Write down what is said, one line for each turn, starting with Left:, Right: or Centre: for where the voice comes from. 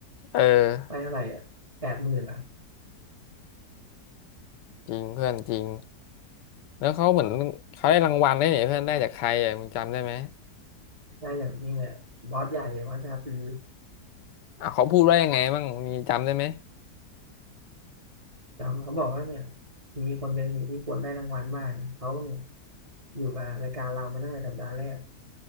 Left: เออ
Right: ได้เท่าไหร่อะแปดหมื่นอะ
Left: จริงเพื่อนจริงแล้วเขาเหมือนเขาได้รางวัลได้วยเนี่ยเพื่อนได้จากใครอ่ะมึงจำได้ไหม
Right: ได้อย่างนี้เนี่ยบอสใหญ่บอสชาตรี
Left: อ่ะเขาพูดว่ายังไงบ้างมีจำได้ไหม
Right: จำเขาบอกว่าเนี่ยมีคนเป็นหนึ่งที่ควรได้รางวัลมากเขาเนี่ยอยู่กับรายการเรามาตั้งแต่สัปดาห์แรก